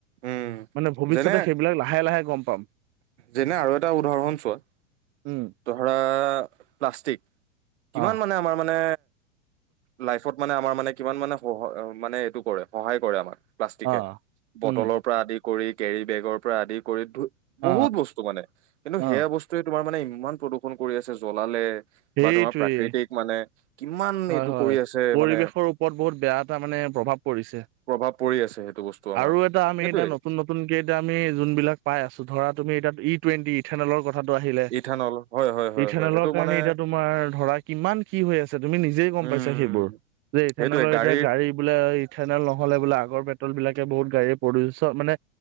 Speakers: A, on the right; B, on the right.
A: উম
B: মানে ভৱিষ্যতে
A: যেনে
B: সেইবিলাক লাহে লাহে গম পাম।
A: যেনে আৰু এটা উদাহৰণ চোৱা।
B: উম
A: ধৰা প্লাষ্টিক,
B: অ
A: কিমান মানে আমাৰ মানে লাইফত মানে আমাৰ মানে কিমান মানে সহ মানে এইটো কৰে সহায় কৰে আমাক। প্লাষ্টিকে,
B: অ
A: বটলৰ
B: উম
A: পৰা আদি কৰি কেৰি বেগৰ পৰা আদি কৰি ধু
B: অ
A: বহুত বস্তু মানে কিন্তু
B: অ
A: সেয়া বস্তুৱে তোমাৰ মানে ইমান প্ৰদূষণ কৰি আছে জ্বলালে
B: সেইটোৱেই
A: বা তোমাৰ প্ৰাকৃতিক মানে। কিমান
B: হয়
A: এইটো
B: -হয়
A: কৰি আছে
B: পৰিৱেশৰ
A: মানে
B: ওপৰত বহুত বেয়া এটা মানে প্ৰভাৱ পৰিছে।
A: প্ৰভাৱ পৰি আছে সেইটো বস্তু আমাৰ
B: আৰু এটা আমি
A: সেইটোৱে
B: এতিয়া নতুন -নতুনকে এতিয়া আমি যোনবিলাক পাই আছো ধৰা তুমি এতিয়া ই। টুৱেটিথনেলৰ কথা। টো আহিলে
A: ইথানল হয় হয় হয়
B: ইলৰ
A: হয় সেইটো
B: কাৰণে
A: মানে
B: এতিয়া তোমাৰ ধৰা কিমান কি হৈ আছে। তুমি গম
A: উম
B: পাইছা সেইবোৰ যে ইথানল
A: সেইটোৱে গাড়ীৰ
B: এতিয়া গাড়ী বোলে ইথানল নহলে বোলে আগৰ পে বিলাকে বহুত গাড়ী প্ৰদূষ মানে